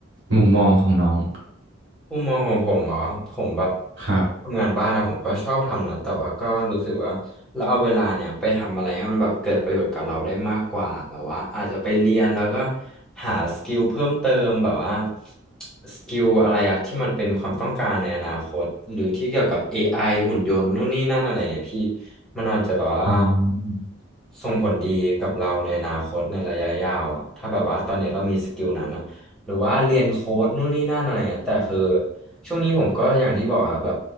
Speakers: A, on the right; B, in the centre.
A: มุมมองของน้อง
B: มุมมองของผมเหรอผมแบบ
A: ครับ
B: ทำงานบ้านนะผมก็ชอบทำนะแต่ว่าก็รู้สึกว่าเราเอาเวลาเนี่ยไปทำอะไรให้มันแบบเกิดประโยชน์กับเราได้มากกว่าแบบว่าอาจจะไปเรียนแล้วก็หาสกิลเพิ่มเติมแบบว่าสกิลอะไรอะที่มันเป็นความต้องการในอนาคตหรือที่เกี่ยวกับเอไ i หุ่นยนต์นู่นนี่นั่นอะไรเงี้ยพี่มันอาจจะแบบว่า
A: อืม
B: ส่งผลดีกับเราในอนาคตในระยะยาวอะถ้าแบบว่าตอนเนี้ยเรามีสกิลนั้นอะ หรือว่าเรียนโค้ดนู่นนี่นั่นอะไรอะแต่คือช่วงนี้ผมก็อย่างที่บอกอะแบบ